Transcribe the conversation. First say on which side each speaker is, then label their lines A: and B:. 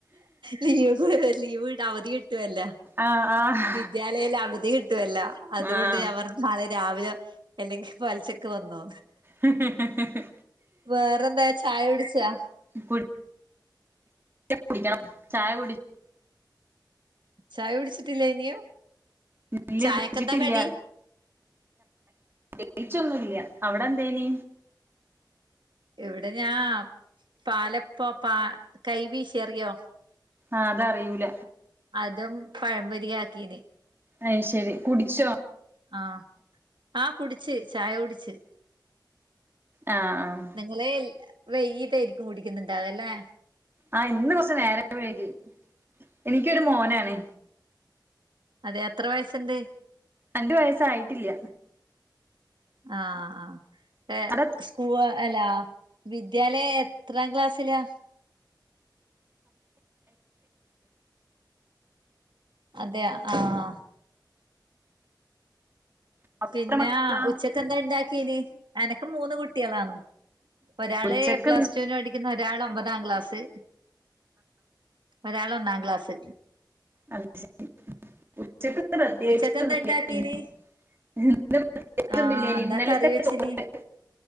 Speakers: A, on the right (about 80°); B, on the right (about 30°).
A: ലീവ് ലീവ് അവധി കിട്ടുവല്ലോ
B: ആഹ്
A: വിദ്യാലയത്തിന് അവധി കിട്ടുവല്ലോ അതുകൊണ്ട്
B: ആഹ്
A: ഞാൻ പറഞ്ഞ് നാളെ രാവിലെ അല്ലെങ്കിൽ പലിശക്ക് വന്നോ
B: ഹിഹി ഹി
A: വേറെന്താ ചായ കുടിച്ചോ
B: കുടി ഇല്ല കുടിക്കണം ചായ കുടി
A: ചായ കുടിച്ചിട്ടില്ലേ ഇനിയും
B: ഇല്ല
A: ചായക്ക്‌
B: കുടിച്ചിട്ടില്ല
A: എന്താ കടി
B: പ്രത്യേകിച്ചൊന്നുമില്ല അവിടെ എന്തേയിന്
A: ഇവിടെ ഞാ അ പാലപ്പം പാ കൈവീശി അറിയാവോ
B: ആഹ് അതറിയൂല
A: അതും പഴം പൊരിയാക്കീന്
B: അയ് ശരി കുടിച്ചോ
A: ആഹ് ആഹ് കുടിച്ച് ചായ കുടിച്ച്
B: ആഹ് ആഹ്
A: നിങ്ങള് വൈകിട്ടായിരിക്കും കുടിക്കുന്നുണ്ടാകല്ലെ
B: ആഹ് ഇന്ന് കൊറച്ച് നേരം വൈകി എനിക്കൊരു മോനാണ്
A: അതെ എത്ര വയസ്സുണ്ട്
B: രണ്ടു വയസ്സായിട്ടില്ല
A: ആഹ് ആഹ് ഏഹ്
B: അവിടെ
A: പോവാ അല്ലാ വിദ്യാലയം എത്രാം ക്ലാസ്സിലാ അതെയോ ആഹ്
B: എത്ര
A: പിന്നെ
B: മക്കളാ
A: ഉച്ചക്കെന്താ ഉണ്ടാക്കീനി എനക്ക് മൂന്ന് കുട്ടി കുട്ട്യാളാണ് ഒരാള്
B: ഉച്ചക്ക്
A: പ്ലസ് ടു വിന് പഠിക്കുന്ന് ഒരാള് ഒമ്പതാം ക്ലാസ് ഒരാള് ഒന്നാം ക്ലാസ്
B: അത് ശരി ഉച്ചയ്ക്കെന്താ പ്രത്യേകിച്ചൊന്നും
A: ഉച്ചക്കെന്താ ഇണ്ടാക്കീന്
B: ഇല്ലായിന്നു ഇന്ന് പ്രത്യേകിച്ചൊന്നുമില്ലായിന്ന്
A: ആഹ് എന്താ
B: ഇന്നലത്തെ
A: കറി വെച്ചിന്
B: ചോറ്